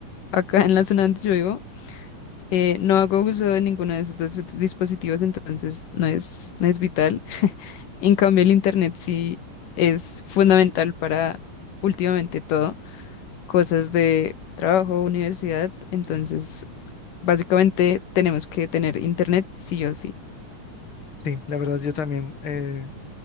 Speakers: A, on the left (about 80°); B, on the left (about 40°).
A: acá en la zona donde yo vivo eh, no hago uso de ninguno de esos dos dispositivos, entonces no es, no es vital. En cambio, el internet sí es fundamental para últimamente todo, cosas de trabajo, universidad, entonces básicamente tenemos que tener internet sí o sí.
B: Sí, la verdad yo también eh,